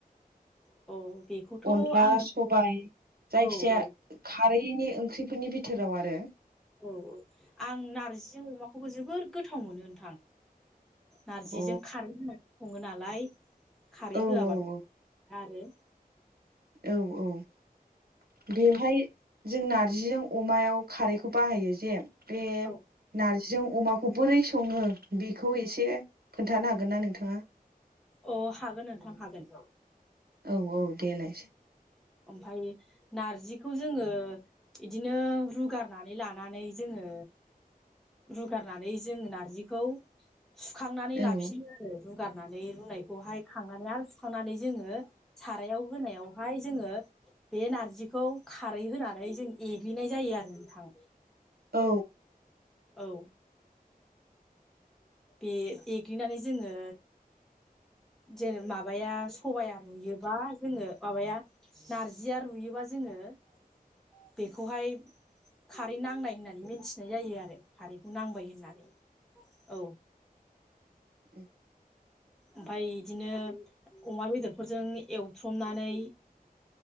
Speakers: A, in the centre; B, on the right.
A: औ बेखौथ'
B: अनला,
A: आङो
B: सबाय जायखिजाया
A: औ औ
B: खारै ख्रिनि ओंख्रिफोरनि बिथोराव आरो।
A: औ औ आं नारजिजों अमा खौबो जोबोर गोथाव मोनो नोंथा। नारजिजों
B: अ
A: खारै होननानै संङो नालाय खारै
B: औ
A: होआबाथ'
B: औ
A: आरो
B: औ औ बेहाय जों नारजिजों अमायाव खारैखौ बाहायो जे बे
A: औ
B: नारजि जों अमाखौ बोरै संङो बेखौ एसे खोन्थानो हागोन ना नोंथांङा?
A: अ हागोन नोंथां हागोन।
B: औ औ देलाय
A: ओमफाय नारजिखौ जोंङो बिदिनो रुगारनानै लानानै जोंङो रुगारनानै जोंङो नारजिखौ सुखांनानै
B: औ
A: लाफिनो आरो रुगारना नै रुनायखौहाय खांनानै आरो सुखांनानै जोंङो सारायाव होनायावहाय जोंङो बे नारजिखौ खारै होनानै जों एग्लिनाय जायो आरो नोंथां।
B: औ
A: औ ए एग्लिनानै जोंङो जेने माबाया सबाइआ रुयोबा जोंङो माबाया नारजिया रुयोबा जों <unintelligible> बेखौहाय खारै नांनाय होननानै मिथिनाय जायो आरो खारै नांबाय होननानै, औ
B: ए
A: ओमफाय इदिनो अमा बेदरफोरजों एवथ्रमनानै